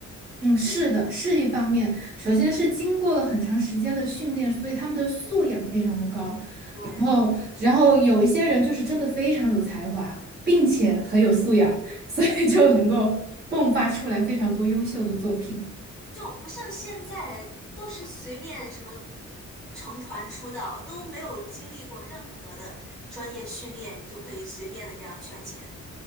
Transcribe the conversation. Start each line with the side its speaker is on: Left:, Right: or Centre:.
Right: 嗯，是的，是一方面。首先是经过了很长时间的训练，所以他们的素养非常的高。
Centre: 对，
Right: 然后，然后有一些人就是真的非常有才华，并且很有素养，<laughs> 所以就能够迸发出来非常多优秀的作品。
Centre: 就不像现在都是随便什么成团出道，都没有经历过任何的专业训练，你就可以随便的这样圈钱，